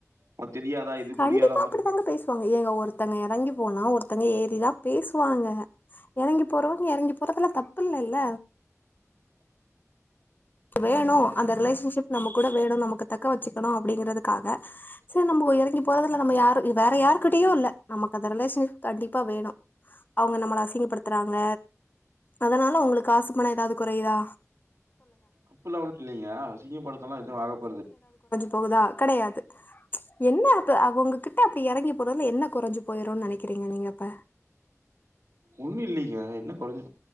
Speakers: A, on the right; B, on the left.
A: உனக்கு தெரியாதா? இது
B: கண்டிப்பா
A: புரியாதா உனக்கு?
B: அப்டிதாங்க பேசுவாங்க ஏங்க ஒருத்தங்க எறங்கி போனா ஒருத்தங்க ஏறிதா பேசு வாங்க எறங்கி போறவங்க எறங்கி போறதுல தப்பு இல்லல்ல வேணு அந்த ரிலேஷன்ஷிப் நம்ம கூட வேணு நமக்கு தக்க வச்சுக்குணு அப்டிங்கறதுக்காக ந்து நம்போ எறங்கி போறதுல நம்ம யாரு வேற யாரு கிட்டயு இல்ல நம்மக் அந்த ரிலேஷன் கண்டிப்பா வேணு அவுங்க நம்மள அசிங்கப்படுத்தறாங்க அதனால ஒவுங்ளுக் காசு பண எதாவ்து குறையிதா
A: அப்புல்லா ஒன்னு இல்லைங்க அசிங்க படுத்தலா எதூ ஆகப்போறது
B: போதா கெடயாது என்ன அப்ப அவுங்க கிட் ட அப்டி எறங்கி போறதுல என்ன கொறஞ்சு போய்ருன் நெனைக்குறீங்க நீங்கப்ப
A: ஒண்ணு இல்லைங்க என்ன கொறஞ்சு